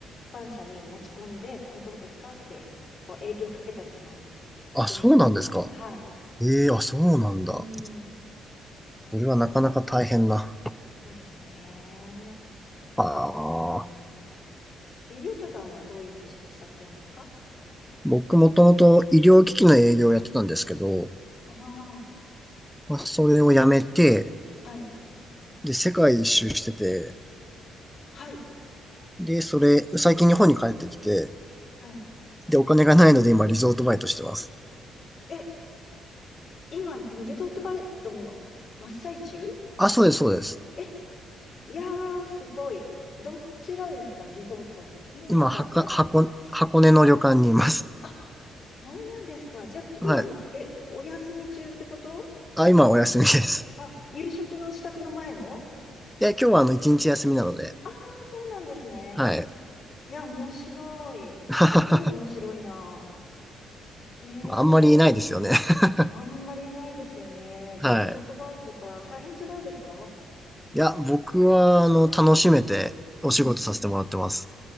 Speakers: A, on the left; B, in the centre.
A: 出版社に持ち込んで、これどうですかって、こう営業かけたりします。企画に、
B: あ、そうなんですか。
A: こう、はい。
B: ええあ、そうなんだ。
A: うん。
B: それはなかなか大変な。
A: 私、うんそうですね。
B: ああ。
A: うん。えゆうとさんはどういうお仕事されてるんですか
B: 僕もともと医療機器の営業をやってたんですけど、
A: ああー。
B: まあ、それをやめて、
A: はい。
B: で、世界一周してて、
A: はい。
B: で、それ、最近日本に帰ってきて、
A: はい。
B: で、お金がないので今リゾートバイトしてます。
A: え、今、リゾートバイトの真っ最中
B: あ、そうです、そうです。
A: え、いやー、すごい。どちらですかリゾート。今だったら
B: 今、はか、箱、箱根の旅館にいます。
A: あ、そうなんですか。じゃあ、
B: <laughs>
A: 今、
B: はい。
A: え、お休み中ってこと
B: あ、今はお休みです。
A: あ、夕食の支度の前の
B: で、今日はあの、一日休みなので、
A: ああー、そうなんですね。
B: はい。
A: いや、面白い。
B: <laughs>
A: すごい面白いな。ええー、
B: まああんまりいないですよね。<laughs>
A: あんまりないですよね。
B: はい。
A: リゾートバイトか。大変じゃないですか
B: いや、僕は、あの、楽しめてお仕事させてもらってます。
A: うん。